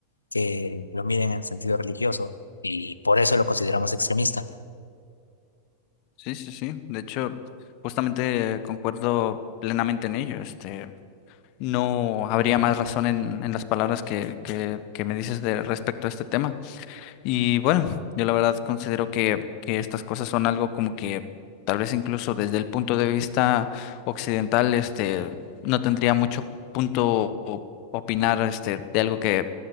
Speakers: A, on the left (about 80°); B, on the left (about 45°).
A: que lo miden en sentido religioso, y por eso lo consideramos extremista.
B: sí, sí, sí. De hecho, justamente eh, concuerdo plenamente en ello. Este, no habría más razón en, en las palabras que, que, que me dices de respecto a este tema. Y bueno, yo la verdad considero que, que estas cosas son algo como que tal vez incluso desde el punto de vista occidental, este, no tendría mucho punto o- opinar, este, de algo que